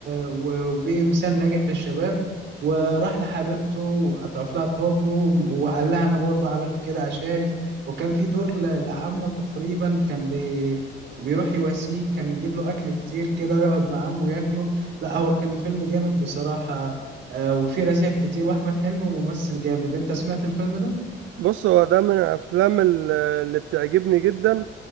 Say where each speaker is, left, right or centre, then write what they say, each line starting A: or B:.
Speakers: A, on the right; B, on the right.
A: و... وبقي مثال ناجح للشباب وراح لحبيبته واعترف لها بحبه وقال لها انا برضو عملت كده عشانك وكان في دور ل- لعمه تقريبا كان بي... بيروح يواسيه كان يجيب له اكل كتير كده ويقعد مع عمه ياكله لا هو كان الفيلم جامد بصراحة آه وفي رسائل كتير واحمد حلمي ممثل جامد انت سمعت الفيلم ده
B: بص هو ده من الافلام ال- اللي بتعجبني جدا